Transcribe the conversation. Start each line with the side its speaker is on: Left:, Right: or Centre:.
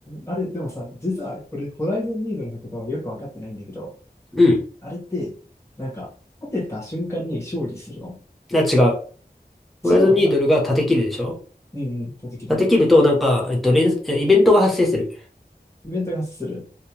Left: あれ、でもさ、実は俺、ホライゾンニードルのことはよく分かってないんだけど、
Centre: うん。い
Left: あれって、なんか、立てた瞬間に勝利するの
Centre: や、違う。ホライゾンニードルが立て切るでしょ
Left: 違うんだ。うんうん、立てきりね。
Centre: 立て切ると、なんか、えっと、連、えイベントが発生する。
Left: イベントが発生する。